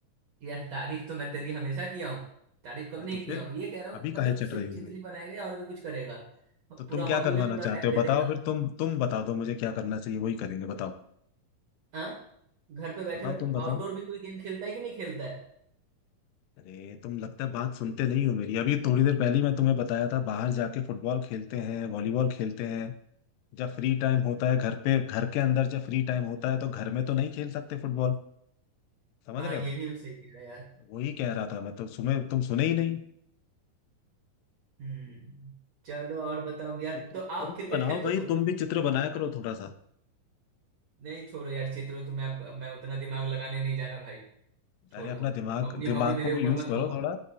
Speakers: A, on the right (about 60°); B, on the left (about 85°).
A: यार तारीफ तो मैं तेरी हमेशा किया हूँ तारीफ कब
B: हाँ
A: नहीं
B: तो
A: किया
B: फिर
A: हूँ ये कह रहा हूँ
B: अभी
A: मतलब
B: काहे चढ़
A: सिर्फ
B: रहे हो
A: चित्र
B: फिर
A: ही बनाएगा और भी कुछ करेगा
B: तो तुम
A: पूरा
B: क्या
A: हॉबी
B: करवाना
A: में पूरा
B: चाहते
A: टाइम
B: हो
A: दे
B: बताओ
A: देगा
B: फिर तुम तुम बता दो मुझे क्या करना चाहिए वही करेंगे बताओ
A: हाँ घर पे बैठे
B: बताओ
A: बैठे
B: तुम बताओ
A: आउटडोर भी कोई गेम खेलता है कि नहीं खेलता है
B: अरे तुम लगता है बात सुनते नहीं हो मेरी अभी थोड़ी देर पहले ही मैं तुम्हें बताया था बाहर जाके फुटबॉल खेलते हैं वॉलीबॉल खेलते हैं जब फ्री टाइम होता है घर पे घर के अंदर जब फ्री टाइम होता है तो घर में तो नहीं खेल सकते फुटबॉल समझ
A: हाँ
B: रहे
A: ये
B: हो
A: भी सही कह रहा है यार
B: वही कह रहा था मैं तो सुने तुम सुने ही नहीं
A: हम्म चलो और बताओ यार
B: तो तुम
A: तो आप
B: तुम
A: क्रिकेट
B: भी बनाओ
A: खेलते
B: भाई
A: हो तुम
B: तुम भी चित्र बनाया करो थोड़ा सा
A: नहीं छोड़ो यार चित्रो तो मैं अब- मैं उतना दिमाग लगाने नहीं जा रहा भाई छोड़
B: अरे अपना
A: दो तुम
B: दिमाग
A: अपनी
B: दिमाग
A: हॉबी मेरे
B: को भी
A: ऊपर
B: यूज
A: मत
B: करो
A: थोपो
B: थोड़ा